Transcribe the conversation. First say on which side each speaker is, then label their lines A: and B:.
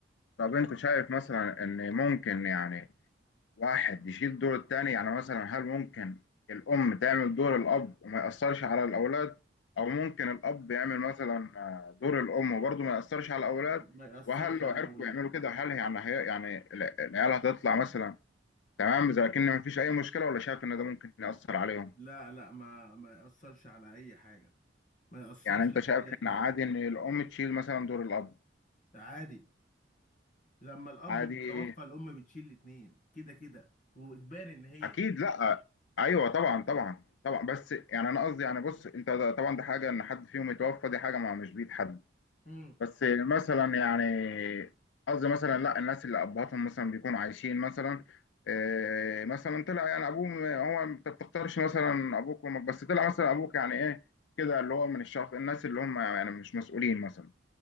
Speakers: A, on the left; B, on the left.
A: طب انت شايف مثلا ان ممكن يعني واحد يشيل دور التاني يعني مثلا هل ممكن الام تعمل دور الاب وما يأثرش على الاولاد او ممكن الاب يعمل مثلا آه، دور الام وبرضه ما يأثرش على الاولاد
B: ما يأثرش
A: وهل لو
B: على
A: عرفوا
B: الاولاد
A: يعملوا كده هل يعني هي يعني العيال هتطلع مثلا تمام إذا لكن ما فيش أي مشكلة ولا شايف إن ده ممكن يأثر عليهم
B: لا لا ما ما يأثرش على أي حاجة ما يأثرش
A: يعني أنت شايف
B: على أي
A: إن
B: حاجة
A: عادي إن الأم تشيل مثلا دور الأب
B: ده عادي لما الأب
A: عادي
B: بيتوفى الأم بتشيل الاتنين كده كده وإجباري إن هي
A: أكيد
B: تشيل
A: لأ أيوه طبعا طبعا طبعا بس يعني أنا قصدي يعني بص أنت ده- طبعا ده حاجة إن حد فيهم يتوفى دي حاجة ما مش بإيد حد
B: امم
A: بس مثلا يعني قصدي مثلا لأ الناس اللي أبهاتهم مثلا بيكونوا عايشين مثلا إيه مثلا طلع يعني أبوه هو أنت بتختارش مثلا أبوك وأمك بس طلع مثلا أبوك يعني إيه كده اللي هو من الشخص الناس اللي هم يعني مش مسؤولين مثلا